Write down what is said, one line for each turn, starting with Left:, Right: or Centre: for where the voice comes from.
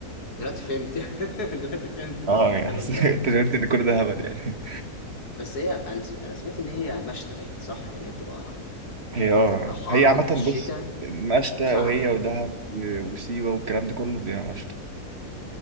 Left: دلوقتي فهمت <laughs> دلوقتي فهمت ان
Right: اه
Left: مفيش الكلام
Right: يعني حسيت
Left: ده
Right: <laughs> اكتشفت ان كل ده هبل يعني
Left: بس هي انا س... انا سمعت ان هي مشتى باين صح يعني هي بتبقى
Right: هي اه
Left: بتبقى حر
Right: هي عامة
Left: في الشتاء
Right: بص مشتى
Left: وسقعه
Right: وهي
Left: في
Right: ودهب
Left: العموم
Right: و- وسيوة والكلام ده كله بيبقى مشتى